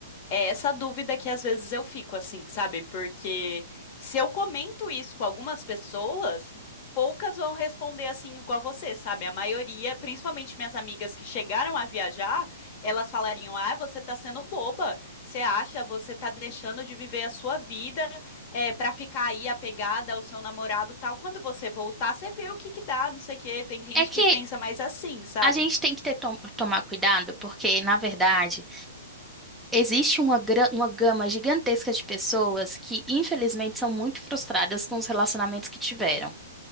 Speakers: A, on the left (about 40°); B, in the centre.
A: É essa dúvida que às vezes eu fico assim, sabe? Porque se eu comento isso com algumas pessoas, poucas vão responder assim igual você, sabe? A maioria, principalmente minhas amigas que chegaram a viajar, elas falariam: "Ah, você tá sendo boba. Você acha, você tá deixando de viver a sua vida é, para ficar aí apegada ao seu namorado, tal. Quando você voltar, você vê o que que dá, não sei o quê". Tem gente
B: é que
A: que pensa mais assim, sabe?
B: A gente tem que ter, tom- tomar cuidado, porque, na verdade, Existe uma, gra- uma gama gigantesca de pessoas que, infelizmente, são muito frustradas com os relacionamentos que tiveram.